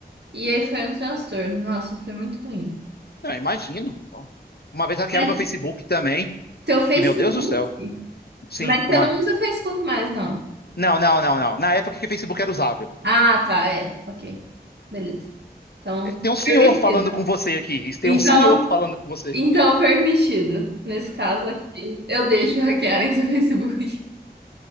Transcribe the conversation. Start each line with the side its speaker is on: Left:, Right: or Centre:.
Right: E aí, foi um transtorno. Nossa, foi muito ruim.
Left: Não, imagino. Uma vez hackearam
Right: Pra-
Left: meu Facebook também,
Right: Seu Facebook.
Left: que meu Deus do céu. Sim,
Right: Mas você
Left: uma.
Right: não usa o Facebook mais, não.
Left: Não, não, não, não. Na época que o Facebook era usável.
Right: Ah, tá, é. Ok. Beleza. Então,
Left: Tem um senhor
Right: permitido.
Left: falando com você aqui. Tem
Right: Então,
Left: um senhor falando com você.
Right: então permitido. Nesse caso aqui, eu deixo hackearem seu Facebook.